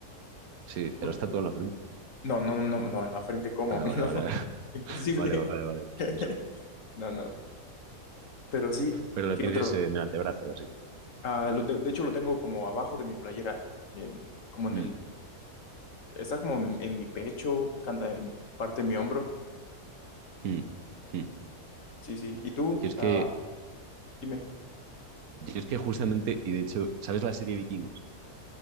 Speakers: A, on the right; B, on the left.
A: sí, te
B: Ju-
A: lo has tatuado
B: ju-
A: en la frente.
B: No, no, no, no, no, en la frente, ¿cómo?
A: Ah,
B: <laughs>
A: vale,
B: No,
A: vale,
B: no,
A: <laughs>
B: imposible.
A: vale, vale, vale, pues
B: <laughs>
A: eso.
B: No, no. Pero sí,
A: pero la
B: ¿qué
A: tienes
B: otro?
A: en el antebrazo o así.
B: Ah, lo te- de hecho, lo tengo como abajo de mi playera, en, como en
A: Mm,
B: el, está como en, en mi pecho, canta en parte de mi hombro.
A: mm, mm.
B: Sí, sí. ¿Y tú?
A: Yo es que,
B: Ah, dime,
A: yo es que justamente, y de hecho, ¿sabes la serie Vikingos?